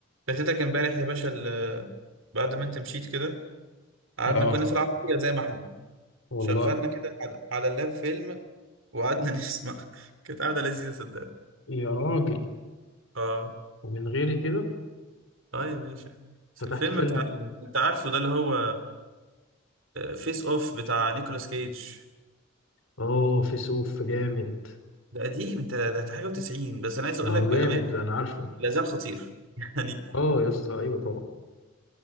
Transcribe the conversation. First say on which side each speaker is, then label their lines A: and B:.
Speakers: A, on the right (about 70°); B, on the left (about 80°).
A: فاتتك امبارح يا باشا ال- بعد ما انت مشيت كده قعدنا
B: اه
A: كنا في العربية زي ما احنا
B: والله
A: شغلنا كده على على اللاب فيلم وقعدنا <laughs> نسمع كانت قعدة لذيذة صدقني
B: يا راجل
A: اه
B: ومن غيري كده
A: اه يا باشا
B: فتحت
A: بس الفيلم
B: فيلم
A: بتاع انت عارفه ده اللي هو فيس اوف بتاع نيكولاس كيج
B: اوه في سوف جامد
A: ده قديم انت ده ده حاجة و90 بس انا عايز
B: ما
A: اقول
B: هو
A: لك بأمانة
B: جامد ده انا عارفه
A: لا زال خطير <laughs> يعني
B: اه يا اسطى ايوه طبعا